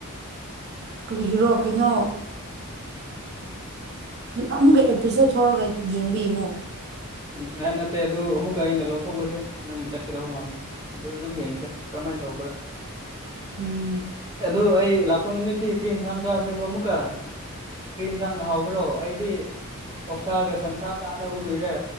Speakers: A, on the right; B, on the right.
A: ꯀꯔꯤꯒꯤꯔꯣ ꯀꯩꯅꯣ ꯑꯃꯨꯛꯀ ꯑꯦꯄ꯭ꯔꯤꯁꯇ ꯂꯧꯊꯣꯛꯂꯒ ꯌꯦꯡꯕ ꯌꯦꯡꯉꯣ
B: ꯎꯝ ꯑꯦ ꯅꯠꯇꯦ ꯑꯗꯨ ꯑꯃꯨꯛꯀ ꯑꯩꯅ ꯂꯧꯊꯣꯛꯂꯗꯤ ꯅꯪꯒꯤ ꯆꯠꯀꯗꯧ ꯃꯥꯜꯂꯦ ꯑꯗꯨ ꯑꯗꯨꯝ ꯌꯦꯡꯁꯦ ꯁꯃꯥꯏꯅ ꯇꯧꯒ꯭ꯔ
A: ꯎꯝ
B: ꯑꯗꯨ ꯑꯩ ꯂꯥꯛꯄ ꯅꯨꯃꯤꯇꯤ ꯀ꯭ꯔꯤ ꯍꯤꯟꯁꯥꯡ ꯆꯥꯁꯦꯕꯔꯣ ꯑꯃꯨꯛꯀꯥ ꯄ꯭ꯔꯤ ꯍꯤꯟꯁꯥꯡꯅ ꯍꯥꯎꯒꯦꯔꯣ ꯑꯩꯗꯤ ꯑꯣꯛꯁꯥꯒ ꯁꯟꯁꯥ ꯆꯥꯗꯕ ꯀꯨꯏꯔꯦ